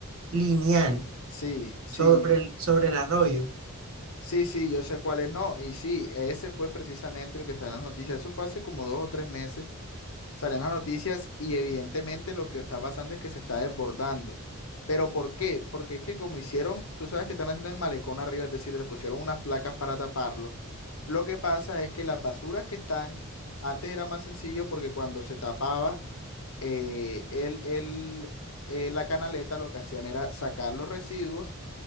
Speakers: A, on the right (about 65°); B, on the left (about 70°).
A: lineal
B: Sí, sí,
A: sobre el, sobre el arroyo.
B: sí, sí, yo sé cuál es, no. Y sí, ese fue precisamente el que salió en las noticias. Eso fue hace como dos o tres meses salen las noticias y evidentemente lo que está pasando es que se está desbordando. ¿Pero por qué? Porque es que como hicieron, tú sabes que están haciendo el malecón arriba, es decir, le pusieron unas placas para taparlo. Lo que pasa es que las basuras que están, antes era más sencillo porque cuando se tapaba eh, el, el, eh, la canaleta, lo que hacían era sacar los residuos